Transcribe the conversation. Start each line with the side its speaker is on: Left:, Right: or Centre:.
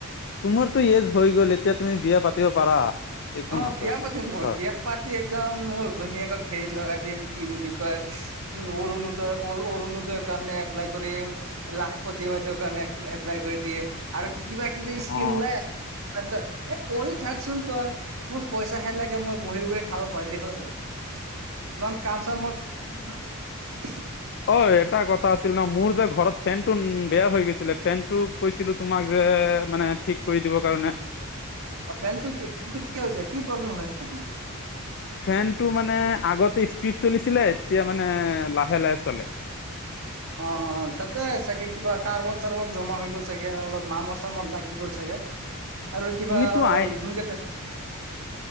Left: তোমাৰতো এজ হৈ গ'ল এতিয়া তুমি বিয়া পাতিব পাৰা। একো
Right: অ
Left: নকয়
Right: বিয়া পাতিম মই
Left: হয়
Right: বিয়া পাতি একদম মোৰ ঘনীয়েকক হেৰিত লগাই দিম কি বুলি কয় উম অৰুণোদয় অৰুণোদয়ৰ কাৰণে এপ্লাই কৰিম। লাখ প্ৰতিবাইদেও কাৰণে এপ্লাই কৰি দিম আৰু কিবা কিবি
Left: অ
Right: স্কিম ওলাই আছ <unintelligible> এ কৰি থাকচোন তই। মোক পইচাহে লাগে মই বহি বহি খাব পাৰিলি হ'ল আও ইমান কাম চাম মই <unintelligible>
Left: ঐ এটা কথা আছিল ন মোৰ যে ঘৰত ফেনটো বেয়া হৈ গিছিলে ফেনটো কৈছিলো তোমাক যে মানে ঠিক কৰি দিবৰ কাৰণে।
Right: অ ফেনটো <unintelligible> কি হৈছে কি প্ৰব্লেম হৈ আছে আপোনাৰ।
Left: ফেনটো মানে আগতে স্পীড চলিছিলে এতিয়া মানে লাহে লাহে চলে।
Right: অ অ তাতে চাগে কিবা কাৰ্বন চাৰ্বন জমা হৈ গ'ল চাগে অলপ মামৰ চামৰ লাগি গ'ল চাগে।
Left: <inaudible>
Right: আৰু কিবা
Left: তুমিতো আই
Right: জোন কেটে